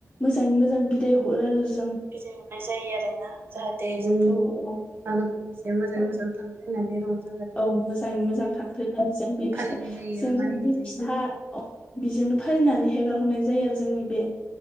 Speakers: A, on the left; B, on the right.
A: मोजाङै मोजां बिदाय हरो आरो ज
B: बिदाय हरनाय जायो आरो ना जाहाथ दे जोंनि
A: औ औ
B: मागो दमासिया मोजाङै
A: औ
B: मोजां थांफ होननानै रंजायो <inaudible>
A: औ मोजाङै मोजां थांथों आरो जों बे
B: फालिनाय
A: फिथा
B: जायो
A: जों
B: एबा मानिनाय
A: बिदि
B: जायो
A: फिथा <inaudible> बेजोंनो फालिनानै हेगार हरनाय जायो आरो जोंनि बे